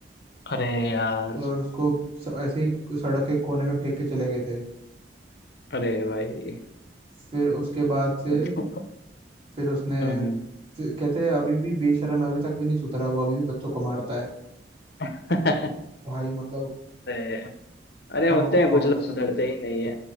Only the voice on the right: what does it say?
और उसको स- ऐसे ही सड़क के कोने में फेंक के चले गए थे
फिर उसके बाद से
फिर उसने
फिर कहते हैं अभी भी बेशर्म है, अभी तक भी नहीं सुधरा वो अभी भी बच्चों को मारता है
भाई मतलब
ट्रॉमा
हो गया
था
भाई